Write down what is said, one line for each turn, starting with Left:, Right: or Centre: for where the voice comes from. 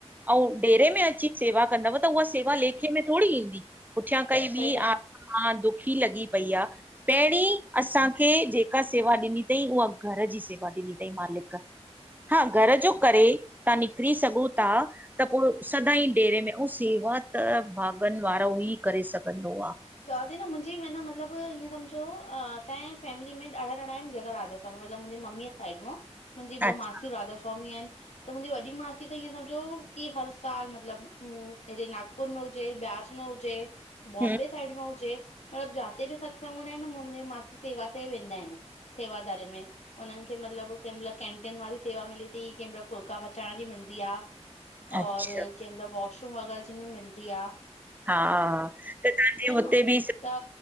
Right: अउं ॾेरे में अची। सेवा कंदव त उया सेवा लेखे में थोरी ईंदी पुठयां काई ॿी
Left: सही न
Right: आ। हा दुखी लॻी पई आ पैंरीं असांखे जेका सेवा ॾिनी तई उया। घर ॼी सेवा ॾिनी तईं मालिक। हा घर ॼो करे तां निकरी सघो ता। त पो सदाई डेरे में ऐं सेवा त भागन वारो ई करे सघंदो आ।
Left: चवाती न मुंजे म न मतलब ईअं समझो असांजे फैमिली में ॾाढा ॼणा आयन ॼेका राधास मतलब मुंजे मम्मीअ साइड मां मुंजी ॿ
Right: अच्छा
Left: मासियूं राधा स्वामी आयन। त मुंजी वॾी मासी त ईअं समझो की हर साल मतलब मूं हेॾे नाग पूर में हुजे ब्यास में हुजे। बॉम्बे
Right: ह
Left: साइड में हुजे मतलब जाते ॿि सत्संग हूंदा आयन नी मासी सेवा ते वेंदा आयन। सेवाधारन में हुनन खे मतलब कें मल कैंटीन वारी सेवा मिलेती कें मल फुलका पचाइण ॼी मिलंदी आ
Right: अच्छा
Left: और कें मल वॉशरूम वगैर जेंमें मिलदी आ।
Right: हा त तांजे हुते
Left: न
Right: बि
Left: त